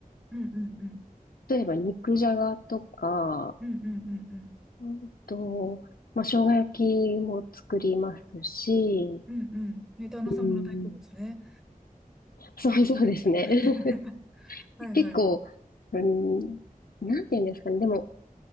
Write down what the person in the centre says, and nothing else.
うんうんうん。
うんうんうんうん。
うんうん。ね、旦那様の大好物ね。
<laughs>
はいはい。